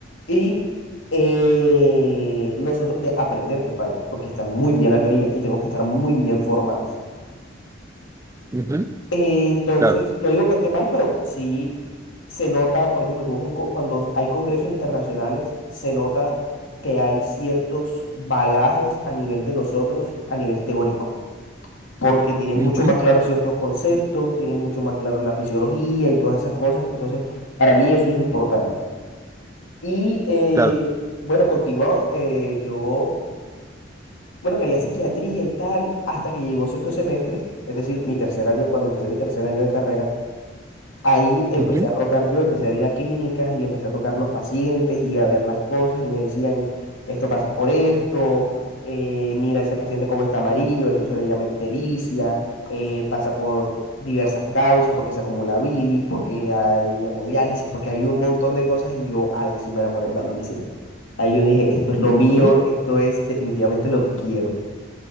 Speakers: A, on the left (about 85°); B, on the right (about 15°).
A: Y eh, nosotros de aprender de España, porque está muy bien la teoría y tenemos que estar muy bien formados.
B: ujú,
A: Eh, entonces,
B: claro,
A: no digo que esté mal, pero sí se nota, por ejemplo, tú vas a un co- cuando hay congresos internacionales, se nota que hay ciertos bagajes a nivel de nosotros, a nivel teórico, porque tienen
B: ujú,
A: mucho más claros ciertos conceptos, tienen mucho más claro la fisiología y todas esas cosas. Entonces, para mí eso es importante. Y eh,
B: claro.
A: bueno, continuado, eh, yo, bueno, quería psiquiatría y tal, hasta que llegó sexto semestre, es decir, mi tercer año, cuando empecé mi tercer año de carrera. Ahí empecé
B: ujú,
A: a rotar yo, empecé a ir a clínicas y empecé a tocar los pacientes y a ver las cosas y me decían, esto pasa por esto, eh, mira ese paciente como está amarillo, eso se le llama ictericia, eh, pasa por diversas causas, porque se acumula bilis, porque hay hemodiálisis, porque hay un montón de cosas y yo ahí sí me enamoré de la medicina. Ahí yo dije, esto es lo mío,
B: ujú.
A: esto es definitivamente lo que quiero.